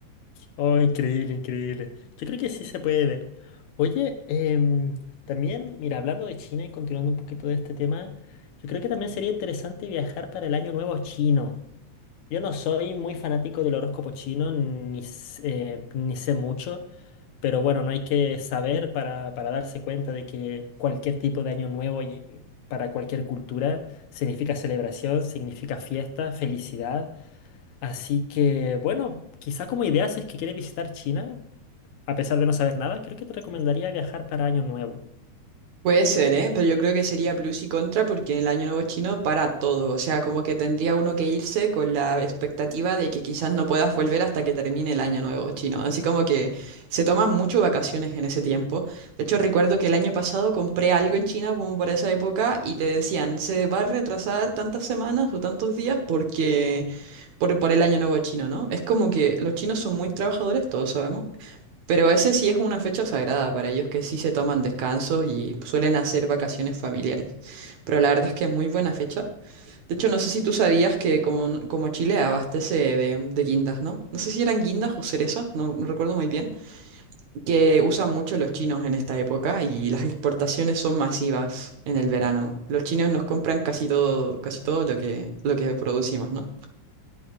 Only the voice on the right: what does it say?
Puede ser, ¿eh? Pero yo creo que sería plus y contra porque el Año Nuevo chino para todo. O sea, como que tendría uno que irse con la expectativa de que quizás no puedas volver hasta que termine el Año Nuevo chino. Así como que se toman mucho vacaciones en ese tiempo. De hecho, recuerdo que el año pasado compré algo en China como para esa época y te decían, se va a retrasar tantas semanas o tantos días porque por, por el Año Nuevo chino, ¿no? Es como que los chinos son muy trabajadores, todos sabemos. Pero ese sí es una fecha sagrada para ellos que sí se toman descansos y suelen hacer vacaciones familiares. Pero la verdad es que es muy buena fecha. De hecho, no sé si tú sabías que como, como Chile abastece de, de guindas, ¿no? No sé si eran guindas o cerezas, no, no recuerdo muy bien, que usan mucho los chinos en esta época y las exportaciones son masivas en el verano. Los chinos nos compran casi todo, casi todo lo que, lo que producimos, ¿no?